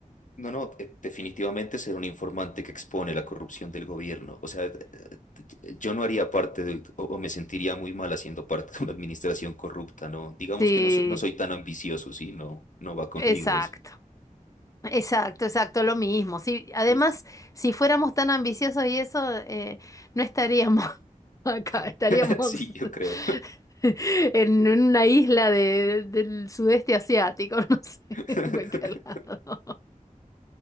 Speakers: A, on the left (about 65°); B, on the left (about 25°).
A: No, no, eh, definitivamente ser un informante que expone la corrupción del gobierno. O sea, eh, eh, yo no haría parte de, o o me sentiría muy mal haciendo parte <laughs> de una administración corrupta, ¿no? Digamos
B: Sí,
A: que no, so- no soy tan ambicioso, ¿sí? No, no va conmigo
B: exacto.
A: eso.
B: Exacto, exacto, lo mismo. Sí, además,
A: Tú-
B: si fuéramos tan ambiciosos y eso, eh, no estaríamos <laughs> acá, estaríamos
A: <laughs> Sí, yo creo.
B: <laughs> en una isla de- del sudeste asiático, <laughs> no sé,
A: <laughs>
B: en cualquier lado.